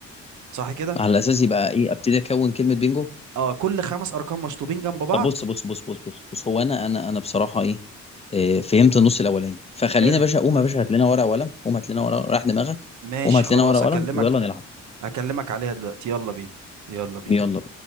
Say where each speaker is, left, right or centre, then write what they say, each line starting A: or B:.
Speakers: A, on the right; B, on the left.
A: صح كده
B: على اساس يبقى ايه ابتدي اكون كلمه بينجو
A: اه كل خمس ارقام مشطوبين جنب بعض
B: طب بص بص بص بص بص بص هو انا انا انا بصراحه ايه آه، فهمت النص الاولاني فخلينا
A: حلو
B: يا باشا قوم يا باشا هات لنا ورقه وقلم قوم هات لنا ورقه راح دماغك
A: ماشي
B: قوم هات
A: خلاص
B: لنا ورقه
A: اكلمك
B: وقلم ويلا نلعب
A: اكلمك عليها دلوقتي يلا بينا يلا بينا
B: يلا